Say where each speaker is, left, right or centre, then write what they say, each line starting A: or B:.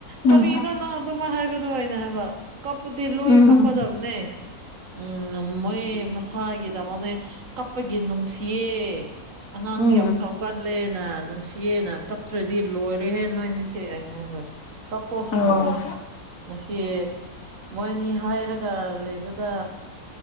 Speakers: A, on the left; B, on the right.
A: ꯎꯝ
B: ꯀꯔꯤꯅꯣ ꯅꯪ ꯑꯗꯨꯃꫭꯏ ꯍꯥꯏꯒꯗꯣꯏ ꯑꯩꯅ ꯍꯥꯏꯕ ꯀꯞꯄꯨꯗꯤ ꯂꯣꯏ
A: ꯎꯝ
B: ꯀꯞꯀꯗꯕꯅꯦ꯫ ꯎꯝ ꯃꯣꯏ ꯃꯁꯥꯒꯤ ꯗꯃꯛꯅꯦ ꯀꯞꯄꯒꯤ ꯅꯨꯡꯁꯤꯌꯦ꯫ ꯑꯉꯥꯡ
A: ꯎꯝ
B: ꯌꯥꯝ ꯀꯞꯕ ꯂꯦꯅ ꯅꯨꯡꯁꯤꯌꯦꯅ ꯀꯞꯇ꯭ꯔꯗꯤ ꯂꯣꯏꯔꯦꯍꯦ ꯅꯣꯏꯅꯤꯁꯦ ꯑꯩꯅ ꯍꯥꯏꯕ꯫ ꯀꯥꯞꯄꯣ
A: ꯑꯣ
B: ꯍꯥꯏꯕꯅꯦ ꯉꯁꯤ ꯃꯣꯏꯅꯤ ꯍꯥꯏꯔꯒ ꯂꯩꯕꯗꯥ